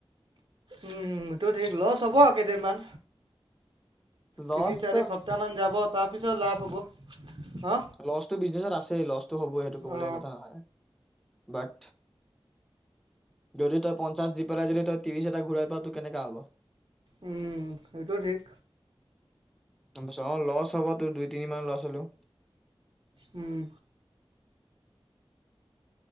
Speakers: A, on the right; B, in the centre.
A: উম সেইটো ঠিক লছ হ'ব কেইদিনমান।
B: লছটো
A: তিনি চাৰি সপ্তাহ মান যাব তাৰ পিছত লাভ হ'ব। হা
B: লছ টো বিজনেছত আছে। লছটো হবই সেইটো কবলগীয়া
A: অ
B: কথা নহয় বাত যদি তই পঞ্চাশ দি পেলাই যদি তই ত্ৰিশ এটা ঘুৰাই পাৱ তোৰ কেনেকা হ'ব।
A: উম সেইটো ঠিক।
B: গম পাইছ অ লছ হ'ব তোৰ দুই তিনি মাহ লছ হলেও।
A: উম।